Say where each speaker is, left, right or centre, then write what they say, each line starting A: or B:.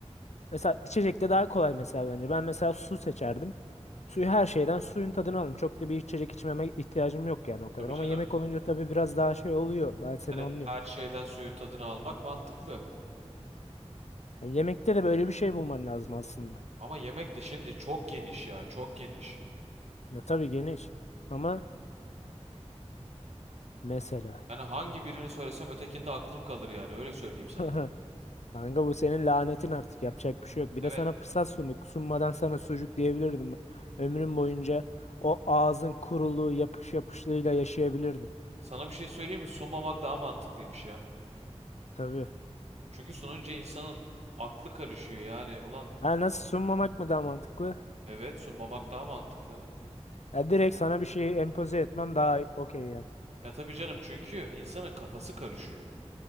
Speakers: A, on the left (about 80°); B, on the right (about 70°).
A: Mesela içecekte daha kolay mesela bence. Ben mesela su seçerdim. Suyu her şeyden suyun tadını alırım. Çok da bir içecek içmeme ihtiyacım yok yani o kadar.
B: Tabii
A: Ama
B: canım.
A: yemek olunca tabii biraz daha şey oluyor. Ben seni
B: Hani
A: anlıyorum.
B: her şeyden suyun tadını almak mantıklı.
A: Yani yemekte de böyle bir şey bulman lazım aslında.
B: Ama yemek de şimdi çok geniş ya, çok geniş.
A: Ya tabii geniş ama mesela.
B: Hani hangi birini söylesem ötekinde aklım kalır yani öyle söyleyeyim sana.
A: <laughs> Kanka bu senin lanetin artık yapacak bir şey yok. Bir
B: Evet.
A: de sana fırsat sunduk. Sunmadan sana sucuk diyebilirdim. Ömrün boyunca o ağzın kuruluğu yapış yapışlığıyla yaşayabilirdin.
B: Sana bir şey söyleyeyim mi? Sunmamak daha mantıklıymış ya.
A: Tabii.
B: Çünkü sununca insanın aklı karışıyor yani. Ulan
A: Ha, nasıl sunmamak mı daha mantıklı?
B: evet sunmamak daha mantıklı.
A: Ya direkt sana bir şey empoze etmem daha i- okey yani.
B: Ya tabii canım çünkü insanın kafası karışıyor.